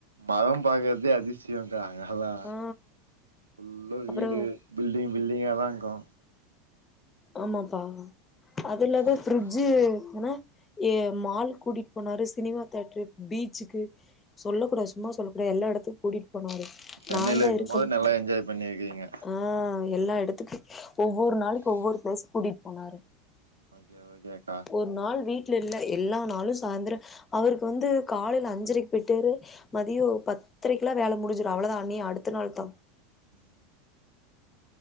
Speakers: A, on the right; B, on the left.
A: மரொம் பாக்கறதே அதி ச்யம் த அங்கெல்லா
B: ஆ
A: ஃபுல்லா
B: அப்புறோ
A: வீடு பில்டிங் பில்டிங் டிங்யாதா இருக்கு
B: ஆமாப் பா அதுலது பிரிட்ஜு என ஏ மால் கூட்டிட்டு போனாரு சினிமா தேட்ரு பீச்சுக்கு சொல்லக்கூடாது சும்மா சொல்லக்கூடாது எல்லா எடத்துக் கூட்டிட்டு போனாரு
A: சென்னையில
B: நான்தா
A: இருக்கும்
B: இருக்கம்
A: போது நல்லா என்ஜாய் பண்ணிருக்கீங்க
B: ஆ எல்லா எடத்துக்கு ஒவ்வொரு நாளைக்கு ஒவ்வொரு ஃப்ளேஸ் கூட்டிட் போனாரு
A: ஓகே ஓகேகா
B: ஒரு நாள் வீட்ல இல்ல எல்லா நாளு சாயந்திர அவருக்கு வந்து காலைல அஞ்சரைக்கு போய்ட்டரு மதியொ பத்தரைக்குலா வேல முடிஞ்சிடு அவ்வளேதா அநி அடுத்த நாள்தா
A: ம்